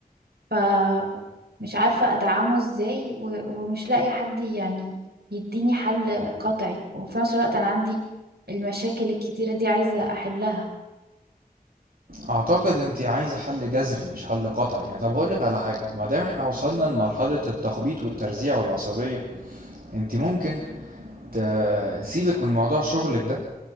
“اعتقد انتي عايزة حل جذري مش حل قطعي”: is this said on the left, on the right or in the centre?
Right